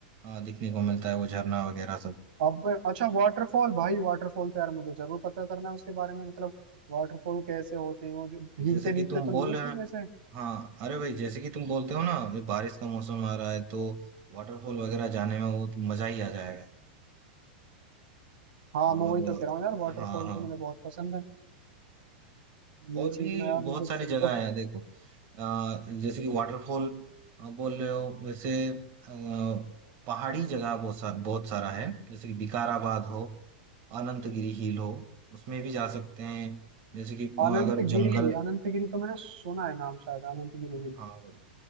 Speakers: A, on the right; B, on the right.
A: आ, दिखने को मिलता है वो झरना वगैरह सब
B: अब अच्छा वाटरफॉल भाई वाटरफॉल तो यार मुझे जरूर पता करना है उसके बारे में मतलब वाटरफॉल कैसे होते हैं वो जो भीगते
A: जैसे कि
B: भीगते
A: तुम
B: तो
A: बोल
B: नहीं है उसमें
A: रहे हो
B: वैसे
A: हाँ अरे भाई जैसे कि तुम बोलते हो ना ये बारिश का मौसम आ रहा है तो वाटरफॉल वगैरह जाने में वो तो मजा ही आ जाएगा
B: हाँ मैं
A: और
B: वही तो कह रहा हूँ यार वाटरफॉल
A: हाँ हाँ
B: तो मुझे बहुत पसंद है ये
A: और भी
B: चीज ना यार
A: बहुत
B: मुझे
A: सारी
B: च-
A: जगह
B: मतलब
A: है देखो अ, जैसे कि वाटरफॉल बोल रहे हो वैसे अ, पहाड़ी जगह बहुत सा, बहुत सारा है जैसे कि विकाराबाद हो अनंतगिरी हिल हो उसमें भी जा सकते हैं जैसे कि अ,
B: अनंतगिरी
A: अगर जंगल
B: अनंतगिरी तो मैंने सुना है नाम शायद अनंतगिरी हिल
A: हाँ भाई